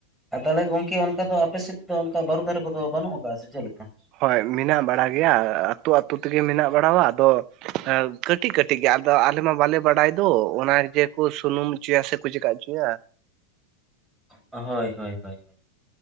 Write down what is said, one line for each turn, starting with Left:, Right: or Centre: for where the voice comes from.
Centre: ᱟᱨ ᱛᱟᱦᱚᱞᱮ ᱜᱚᱝᱠᱮ ᱚᱱᱠᱟ ᱫᱚ ᱟᱯᱮ ᱥᱮᱫ ᱫᱚ ᱚᱱᱠᱟ ᱵᱟᱹᱨᱩ ᱫᱟᱨᱮ ᱠᱚᱫᱚ ᱵᱟᱹᱱᱩᱜ ᱟᱠᱟᱜᱼᱟ, ᱥᱮ ᱪᱮᱫᱞᱮᱠᱟ?
Right: ᱦᱳᱭ, ᱢᱮᱱᱟᱜ ᱵᱟᱲᱟ ᱜᱮᱭᱟ ᱟᱹᱛᱳ ᱟᱹᱛᱳ ᱛᱮᱜᱮ ᱢᱮᱱᱟᱜ ᱵᱟᱲᱟᱣᱟ᱾ ᱟᱫᱚ ᱟᱸ ᱠᱟᱹᱴᱤᱡ ᱠᱟᱹᱴᱤᱡ ᱜᱮ, ᱟᱫᱚ ᱟᱞᱮ ᱢᱟ ᱵᱟᱞᱮ ᱵᱟᱰᱟᱭ ᱫᱚ ᱚᱱᱟ ᱡᱮᱠᱚ ᱥᱩᱱᱩᱢ ᱦᱚᱪᱚᱭᱟ, ᱥᱮ ᱠᱩ ᱪᱮᱠᱟᱜ ᱪᱚᱭᱟ᱾
Centre: ᱦᱳᱭ ᱦᱳᱭ ᱦᱳᱭ,